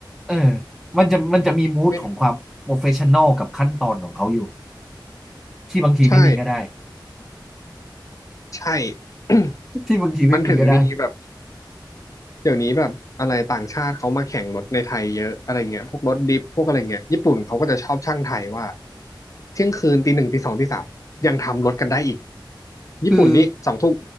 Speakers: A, in the centre; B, on the left (about 40°).
A: เออมันจะมันจะมีมูดของความโปรเฟชชั่น
B: ไม่
A: a ลกับขั้นตอนของเขาอยู่ ที่บางทีไม่มีก็ได้
B: ใช่ใช่ <coughs> <clears throat>
A: ที่บางทีไม่มีก็ได้
B: มันถึงมีแบบ เดี๋ยวนี้แบบอะไรต่างชาติเขามาแข่งรถในไทยเยอะอะไรเงี้ยพวกรถดิฟพวกอะไรเงี้ย ญี่ปุ่นเขาก็จะชอบช่างไทยว่าเที่ยงคืนตีหนึ่งตีสองตีสามยังทำรถกันได้อีกญี่ปุ่นนี่สองทุ่ม
A: คือ